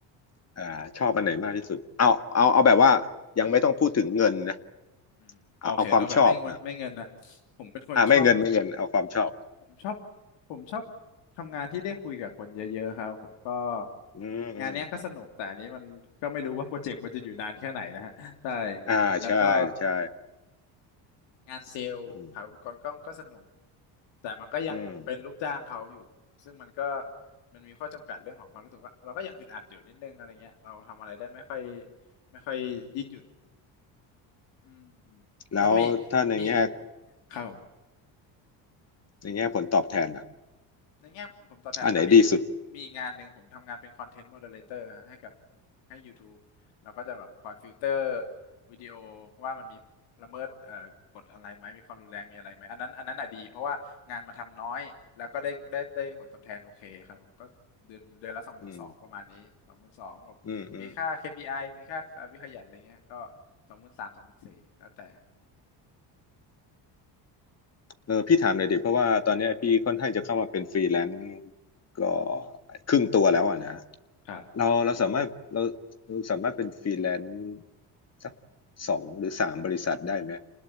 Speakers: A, on the left; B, on the left.
A: อ่าชอบอันไหนมากที่สุดเอาเอาเอาแบบว่ายังไม่ต้องพูดถึงเงินนะ
B: อืมโอเคเอาแบบไม่เงินไม่เงินนะ
A: เอาเอาความชอบอ่ะ
B: ผมเป็นคนชอบ
A: อ่าไม่เงินไม่เงินเอาความชอบ
B: ผมชอบผมชอบทำงานที่ได้คุยกับคนเยอะๆครับผมก็
A: อืมอืม
B: งานเนี้ยก็สนุกแต่อันนี้มันก็ไม่รู้ว่าโปรเจกต์มันจะอยู่นานแค่ไหนนะฮะ <laughs> ใช่
A: อ่าใช่ใช่
B: แล้วก็ งานเซลล์ขายอุปกรณ์กล้องก็สนุก
A: อืม
B: แต่มันก็ยังเป็นลูกจ้างเขาอยู่ซึ่งมันก็
A: อืม
B: มันมีข้อจำกัดเรื่องของความรู้สึกว่าเราก็ยังอึดอัดอยู่นิดนึงอะไรเงี้ยเราทำอะไรได้ไม่ค่อยไม่ค่อยยืดหยุ่นอืม
A: แล้วถ้าในแง่
B: แล้วก็มีมีครับผม
A: ในแง่ผลตอบแทนอ่ะ
B: ในแง่ผมตอบแทนอ่ะมีอีกมีอีกงานหนึ่งผมทำงานเป็นคอนเทนต์โมเดเลเตอร์ให้กับ
A: อันไหนดีสุด
B: ให้ YouTube เราก็จะแบบคอยฟิลเตอร์วิดีโอว่ามันมีละเมิดเอ่อกฎอะไรไหมมีความรุนแรงมีอะไรไหมอันนั้นอันนั้นอ่ะดีเพราะว่างานมาทำน้อยแล้วก็ได้ได้ได้ผลตอบแทนโอเคครับผมก็เดือนเดือนละสองหมื่นสองประมาณนี้สองหมื่นสองแบบมีค่า
A: อืมอืมอืม
B: KPI มีค่าวิขยันอะไรเงี้ยก็สองหมื่นสามสองหมื่นสี่แล้วแต่
A: เออพี่ถามหน่อยดิเพราะว่าตอนเนี้ยพี่ค่อนข้างจะเข้ามาเป็นฟรีแลนซ์ก็ครึ่งตัวแล้วอ่ะนะ
B: ครับ
A: เราเราสามารถเราเราสามารถเป็นฟรีแลนซ์สักสองหรือสามบริษัทได้ไหม